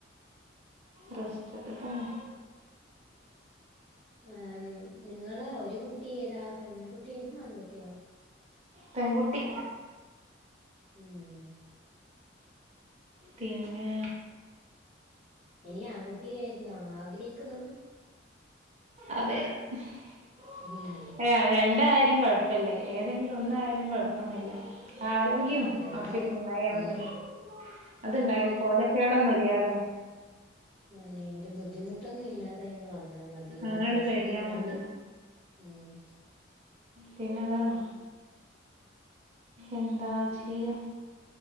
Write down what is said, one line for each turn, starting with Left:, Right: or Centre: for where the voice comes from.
Right: റെസ്റ്റ് ഒക്കെ തന്നെ
Left: ആഹ് നിങ്ങള് ഒരു കുട്ടി ഏതാ പെൺകുട്ടിയായിരുന്നോ ആൺകുട്ടിയോ
Right: പെൺകുട്ടി
Left: ഉം
Right: പിന്നെ
Left: ഇനി ആൺകുട്ടിയെ ആയിരുന്നോ ആഗ്രഹിക്കുന്നത്
Right: അതെ <unintelligible>
Left: ഉം
Right: എന്തായാലും കൊഴപ്പില്ലേ ഏതെങ്കിലും ഒന്നായാലും കൊഴപ്പൊന്നും ഇല്ല ആരോഗ്യം
Left: ഏതായ
Right: ആഫിയത്തും ഉണ്ടായ മതി
Left: ഉം
Right: അത്ണ്ടായത് കോലക്കേടൊന്നും ഇല്ല്യാതെ
Left: അന്നെ ഒരു ബുദ്ധിമുട്ടൊന്നും ഇല്ലാതെ ഇങ്ങ് വന്നാ മതി ഒരു
Right: അങ്ങനണ്ട്
Left: പ്രശ്നൊന്നും
Right: കഴിഞ്ഞാ
Left: ഇല്ലാണ്ട്
Right: മതി
Left: ഉം
Right: പിന്നെ അതാണ് എന്താ ചെയ്യാ